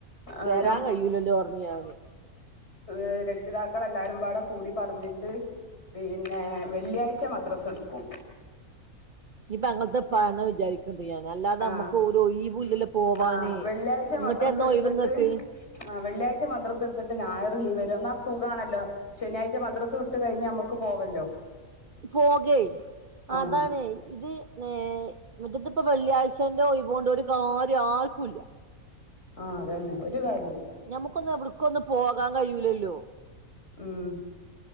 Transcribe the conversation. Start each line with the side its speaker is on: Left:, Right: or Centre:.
Left: ആഹ്
Right: വരാൻ കഴൂലല്ലോ പറഞ്ഞു ഞാന്
Left: ഏ രക്ഷിതാക്കൾ എല്ലാരുംപാടെ കൂടി പറഞ്ഞിട്ട് പിന്നെ വെള്ളിയാഴ്ച മദ്രസടുക്കും
Right: ഇനിപ്പ അങ്ങൾ തപ്പ ന്ന് വിചാരി- എന്തെയ്യാന അല്ലാതെ
Left: ആഹ്
Right: നമുക്ക് ഒരു ഒഴിവു ല്ലല്ലോ പോവാന്
Left: ആഹ് വെള്ളിയാഴ്ച
Right: ഇങ്ങട്ട്
Left: മദ്രസ
Right: എന്ന
Left: എടുത്തിട്ട്
Right: ഒഴിവ് ഇങ്ങക്ക്
Left: ആഹ് വെള്ളാഴ്ച മദ്രസ് എടുത്തിട്ട് ഞായർ ലീവരോ എന്നാൽ സുഖാണല്ലോ ശനിയാഴ്ച മദ്രസ് വിട്ട് കഴിഞ്ഞ നമ്മക് പോവല്ലോ
Right: പോകേയ്
Left: ആഹ്
Right: അതാണ് ഇത് ഏയ്‌ മറ്റത്പ്പ വെള്ളിയാഴ്ചന്റെ ഒഴിവോണ്ട് ഒരു കാര്യം ആർക്കുംല്ല
Left: ആഹ് അതെന്നെ ഒരു കാര്യുല്ല
Right: ഞമുക്കൊന്ന് എവിട് ക്കൊന്ന് പോകാൻ കയൂലല്ലോ
Left: ഉം